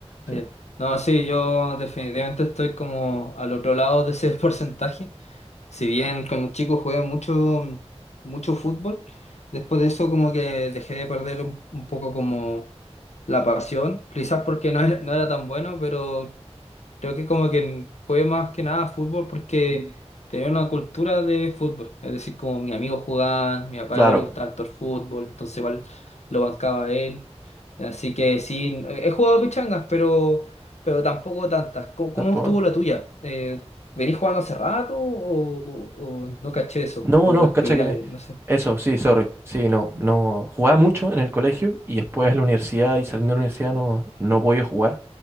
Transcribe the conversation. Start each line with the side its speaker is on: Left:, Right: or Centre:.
Left: eh,
Right: Sí.
Left: No, sí, yo definitivamente estoy como al otro lado de ese <laughs> porcentaje. Si bien con los chicos jugué mucho, mucho fútbol, después de eso como que dejé de perder un, un poco como la pasión, quizás porque no era, no era tan bueno, pero Creo que como que jugué más que nada fútbol porque tenía una cultura de fútbol. Es decir, como mis amigos jugaban, mi papá
Right: Claro,
Left: igual le gustaba harto el fútbol, entonces igual lo bancaba a él. Así que sí, he jugado pichangas, pero, pero tampoco tantas. ¿Cómo, cómo
Right: tampoco-
Left: estuvo la tuya? Eh, ¿venís jugando hace rato o, o no caché eso?
Right: No,
Left: ¿O
Right: no,
Left: es
Right: cacha
Left: primera
Right: que...
Left: vez? No sé.
Right: Eso, sí, sorry. Sí, no, no. Jugaba mucho en el colegio y después en la universidad y saliendo de la universidad no, no he podido jugar.